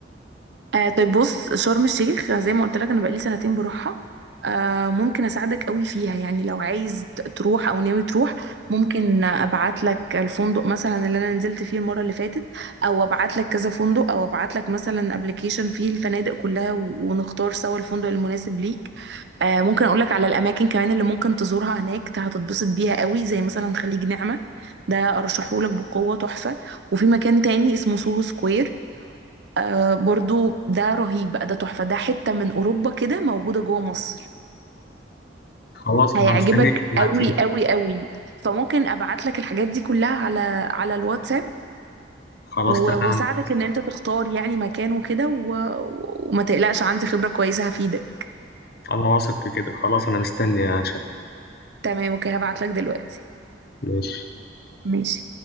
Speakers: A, on the right (about 70°); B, on the left (about 55°).
A: آه طيب بص شرم الشيخ زي ما قلت لك انا بقالي سنتين بروحها آه ممكن اساعدك قوي فيها يعني لو عايز ت- تروح او ناوي تروح ممكن ابعت لك الفندق مثلا اللي انا نزلت فيه المره اللي فاتت او ابعت لك كذا فندق او ابعت لك مثلا ابلكيشن فيه الفنادق كلها و- ونختار سوا الفندق المناسب ليك آه ممكن اقول لك على الاماكن كمان اللي ممكن تزورها هناك ت- هتتبسط بيها قوي زي مثلا خليج نعمه ده ارشحهولك بقوه تحفه وفي مكان تاني اسمه سوهو سكوير آه برضو ده رهيب بقى ده تحفة ده حتة من أوروبا كده موجودة جوه مصر
B: خلاص
A: هيعجبك
B: انا مستنيك تبعتيلي
A: قوي قوي قوي فممكن أبعت لك الحاجات دي كلها على على الواتساب
B: خلاص
A: و-
B: تمام
A: وأساعدك إن أنت تختار يعني مكان وكده و... وما تقلقش عندي خبرة كويسة هفيدك
B: انا واثق في كده خلاص انا مستني يا شيخ
A: تمام أوكي هبعت لك دلوقتي
B: ماشي
A: ماشي